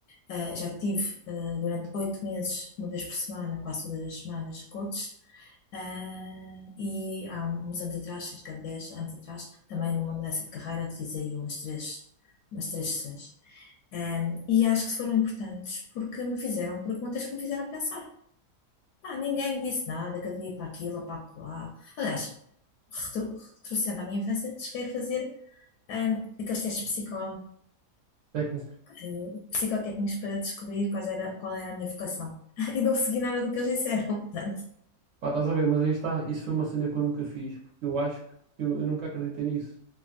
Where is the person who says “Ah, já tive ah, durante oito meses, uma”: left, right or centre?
Left